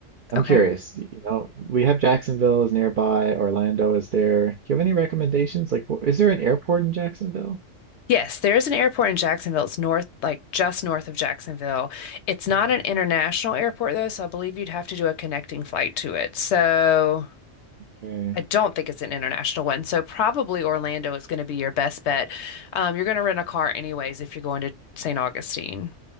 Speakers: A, on the right (about 60°); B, on the left (about 65°).
A: I'm
B: Okay.
A: curious, y- you know, we have Jacksonville is nearby, Orlando is there. Do you have any recommendations? Like, wh- is there an airport in Jacksonville?
B: Yes, there is an airport in Jacksonville. It's north, like just north of Jacksonville. It's not
A: Hmm,
B: an international airport though, so I believe you'd have to do a connecting flight to it. So
A: Okay.
B: I don't think it's an international one. So probably Orlando is going to be your best bet. Um, you're going to rent a car anyways if you're going to St. Augustine.